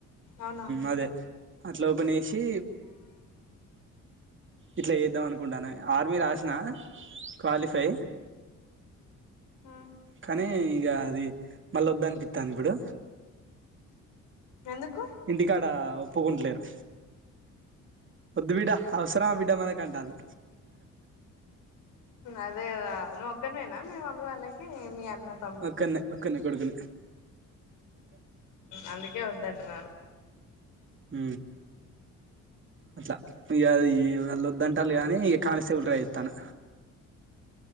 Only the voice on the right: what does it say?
అదే అట్ ఓపెన్ వేసి ఇట్లా చేద్దాం అనుకుంటాను ఆర్మీ రాసిన క్వాలిఫై
కానీ ఇక అది మళ్ళ వద్దనిపిస్తాను ఇప్పుడు
ఇంటికాడ ఒప్పుకుంటలేరు ఓద్దు బిడ అవసరమా బిడ మన అంటారు
ఒక్కడే ఒక్కడే కొడుకున్న
అ అట్లా ఈ వెళ్ళ వద్దంటారు గానీ కానిస్టేబుల్ కీ ట్రై చేస్తాన్న